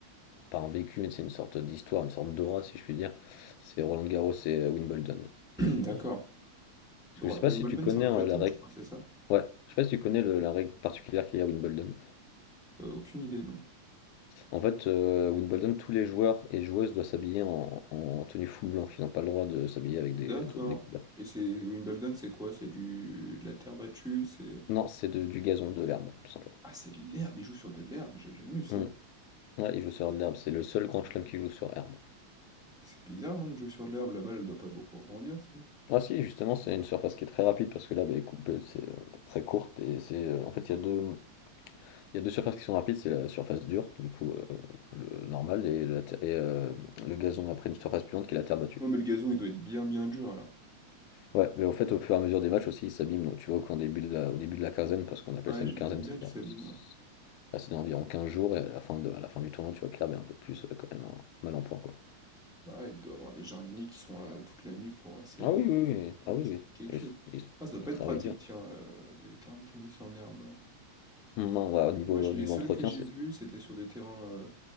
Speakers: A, on the left; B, in the centre.
A: pas un vécu, c'est une sorte d'histoire, une sorte d'aura, si je puis dire. C'est Roland Garros et euh, Wimbledon.
B: <clears throat>
A: Je, euh,
B: D'accord.
A: parce
B: Oh,
A: que je
B: la
A: sais pas
B: Wimbledon,
A: si tu connais
B: c'est en Angleterre,
A: euh, la règle.
B: je crois, c'est ça?
A: Ouais, je sais pas si tu connais le- la règle particulière qu'il y a à Wimbledon.
B: Euh, aucune idée, non.
A: En fait, euh, Wimbledon, tous les joueurs et joueuses doivent s'habiller en, en tenue full blanche. Ils n'ont pas le droit de s'habiller avec des,
B: D'accord.
A: de- des couleurs.
B: Et c'est Wimbledon, c'est quoi? C'est du de la terre battue, c'est
A: Non, c'est de- du gazon, de l'herbe, tout simplement.
B: Ah, c'est de l'herbe, il joue sur de l'herbe, j'ai jamais vu ça.
A: Hmm. Ouais, ils jouent sur de l'herbe. C'est le seul grand chelem qui joue sur herbe.
B: Mais c'est bizarre non de jouer sur de l'herbe, la balle elle doit pas beaucoup rebondir si.
A: Ah si, justement, c'est une surface qui est très rapide parce que l'herbe est coupée, c'est euh, très courte et c'est euh, en fait il y a deux Il y a deux surfaces qui sont rapides, c'est la surface dure, du coup euh, le normal, et, la ter- et, euh, le gazon après une surface plus lente qui est la terre battue.
B: Non mais le gazon il doit être bien bien dur alors.
A: Ouais, mais au fait, au fur et à mesure des matchs aussi, ils s'abîment. Donc tu vois qu'au début de la, au début de la quinzaine, parce qu'on appelle
B: Ouais,
A: ça
B: j'imagine
A: une quinzaine,
B: bien
A: c'est
B: qu'il
A: là,
B: s'abîme, ouais.
A: c'est environ 15 jours, et à la fin, de, à la fin du tournoi, tu vois que l'herbe est un peu plus euh, quand même en- mal en point, quoi.
B: Bah ouais, il doit avoir des jardiniers qui sont là toute la nuit pour essayer
A: Ah
B: de
A: oui, oui, oui,
B: Ah
A: ah
B: non,
A: oui,
B: c'est
A: oui.
B: peut-être quelque
A: Ils,
B: chose.
A: ils-
B: Ah, ça doit pas
A: ils travaillent
B: être pratique
A: dur.
B: tiens euh, des terrains de tennis en herbe.
A: Non, ouais, au niveau,
B: Moi, je-
A: au
B: les
A: niveau
B: seuls
A: entretien,
B: que j'ai
A: c'est.
B: vus, c'était sur des terrains euh,